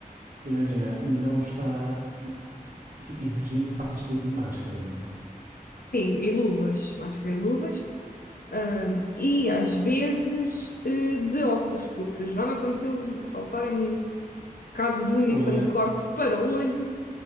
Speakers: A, on the right; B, on the left.
A: Imagina, não está. Imagino que faças tudo de máscara, não é?
B: Sim, e luvas, máscara e luvas. ahm, e às vezes eh, de óculos, porque já me aconteceu saltarem bocados de unha
A: Unha.
B: quando corto para o olho,